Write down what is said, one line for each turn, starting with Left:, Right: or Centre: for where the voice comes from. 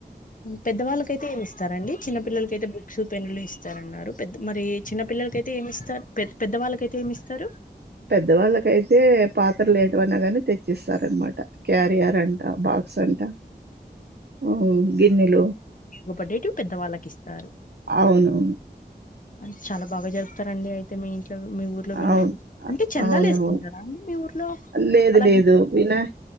Left: పెద్దవాళ్ళకైతే ఏమి ఇస్తారండి చిన్న పిల్లలకైతే బుక్స్ పెన్నలు ఇస్తారన్నారు పెద్ద మరి ఎజ్ చిన్నపిల్లలకు అయితే ఏమిస్తారు పె పెద్దవాళ్ళకైయితే ఏమి ఇస్తారు
Right: పెద్దవాళ్ళకైతే పాత్రలు ఏటవనా గాని తెచ్చిస్తారనమాట క్యారియర్ బాక్స్ అంట ఉ గిన్నెలు
Left: ఒక డేటు పెద్ద వాళ్ళకి ఇస్తారు
Right: అవును
Left: అ చాలా బాగా చెప్పుతారండి అయితే మీ ఇంటి మీ ఊర్లో వినయా
Right: అవును
Left: అంటే చందాలు
Right: అవునవును
Left: వేసుకుంటారా అ మీ ఊర్లో
Right: లేదు
Left: అలా
Right: లేదు వినాయ